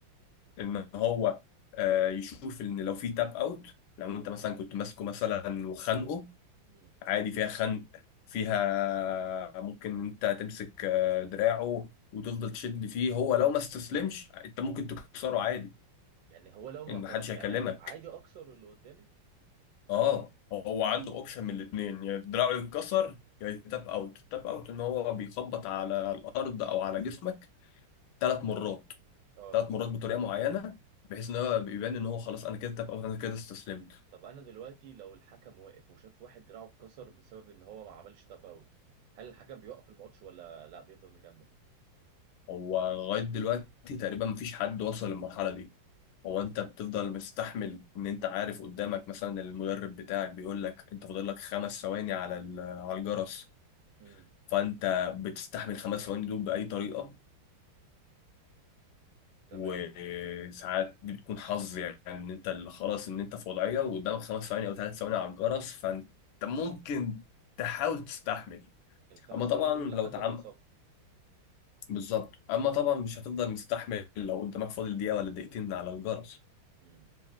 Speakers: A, on the left (about 80°); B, on the right (about 70°).
A: ان هو آه، يشوف ان لو في تاب اوت لو انت مثلا كنت ماسكه مثلا وخانقه
B: إمم.
A: عادي فيها خنق فيها ممكن انت تمسك آه، دراعه وتفضل تشد فيه هو لو ما استسلمش انت ممكن تكسره عادي
B: يعني هو لو ما
A: ان
B: كر...
A: محدش
B: يعني
A: هيكلمك
B: عادي اكسر اللي قدامي
A: اه هو عنده اوبشن من الاثنين يا دراعه يتكسر يا يتاب اوت تاب اوت ان هو بيخبط على الارض او على جسمك ثلاث مرات
B: اه
A: ثلاث مرات بطريقه معينه بحيث ان هو بيبان ان هو خلاص انا كده تاب اوت انا كده استسلمت
B: طب انا دلوقتي لو الحكم واقف وشاف واحد دراعه اتكسر بسبب ان هو ما عملش تاب اوت هل الحكم بيوقف الماتش ولا لا بيفضل مكمل
A: هو لغايه دلوقتي تقريبا مفيش حد وصل للمرحله دي هو انت بتفضل مستحمل ان انت عارف قدامك مثلا المدرب بتاعك بيقول لك انت فاضل لك خمس ثواني على ال- على الجرس
B: امم
A: فانت بتستحمل خمس ثواني دول باي طريقه
B: تمام
A: وساعات دي بتكون حظ يعني ان انت اللي خلاص ان انت في وضعيه وقدامك خمس ثواني او ثلاث ثواني على الجرس فانت ممكن تحاول تستحمل
B: الخمس
A: اما طبعا
B: ثواني دول
A: لو
B: لحد
A: تعم
B: ما يصفر
A: بالظبط اما طبعا مش هتفضل مستحمل لو قدامك فاضل دقيقه ولا دقيقتين على الجرس
B: امم